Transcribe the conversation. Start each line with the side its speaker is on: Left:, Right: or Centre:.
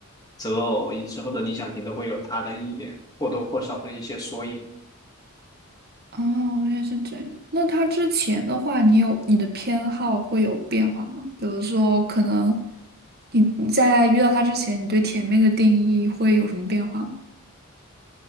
Left: 择偶以之后的理想型都会有他的一点或多或少的一些缩影，
Right: 哦，原来是这样。那他之前的话，你有你的偏好会有变化吗？比如说，可能你你在遇到他之前，你对甜妹的定义会有什么变化吗？